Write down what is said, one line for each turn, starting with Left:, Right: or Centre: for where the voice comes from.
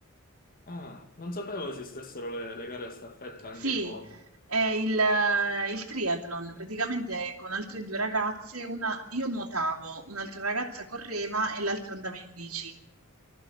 Left: Ah, non sapevo esistessero le, le gare a staffetta anche
Right: Sì,
Left: in nuoto.
Right: è il, eh, il triathlon, praticamente con altre due ragazze, una, io nuotavo, un'altra ragazza correva e l'altra andava in bici.